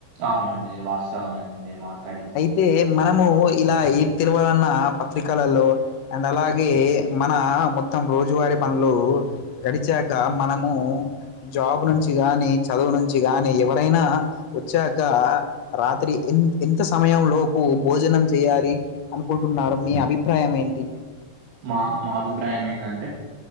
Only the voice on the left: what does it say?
అయితే మనము ఇలా ఏ తేలవాలన్న పత్రికలలో అండ్ అలాగే మన మొత్తం రోజువారీ పనులు గడిచాక మనము జాబ్ నుంచి గానీ చదువు నుంచీ గానీ ఎవరైనా వచ్చాక రాత్రి ఎ ఎంత సమయం లోపు భోజనం చెయ్యాలి అనుకుంటున్నారు మీ అభిప్రాయం ఏంటి